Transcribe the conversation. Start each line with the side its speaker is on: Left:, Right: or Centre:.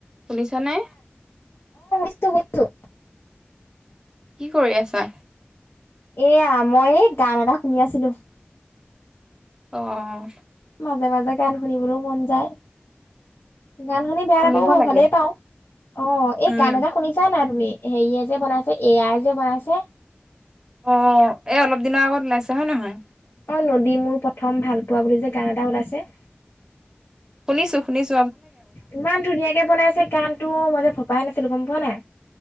Right: শুনিছা নে।
Left: গ <unintelligible>
Right: কি কৰি আছা।
Left: এয়া মই গান এটা শুনি আছিলো।
Right: অহ
Left: মাজে মাজে গান শুনিবলৈও মন যায়। গান শুনি বেয়া
Right: শুনিব
Left: নাপাওঁ
Right: লাগে।
Left: ভালেই পাওঁ অ এই
Right: উম,
Left: গান এটা শুনিছা নাই। হেৰিয়ে যে বনাইছে এআই যে বনাইছে।
Right: অ এই অলপ দিনৰ আগত ওলাইছে হয় নহয়।
Left: অ নদী মোৰ প্ৰথম ভাল পোৱা বুলি যে গান এটা ওলাইছে।
Right: শুনিছোঁ শুনিছোঁ
Left: ইমান ধুনীয়াকে বনাইছে গানতটো মই যে ভবাই নাছিলো গম পোৱা নাই।